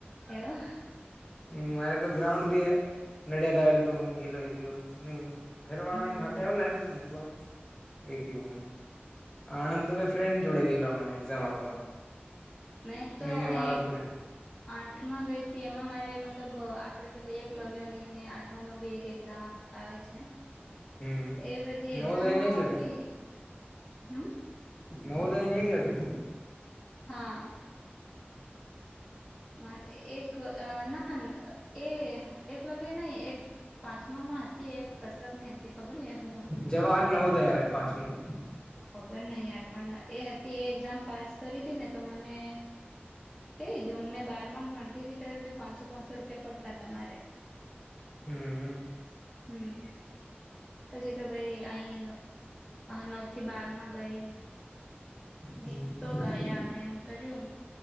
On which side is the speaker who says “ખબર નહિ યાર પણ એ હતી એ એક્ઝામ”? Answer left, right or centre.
Centre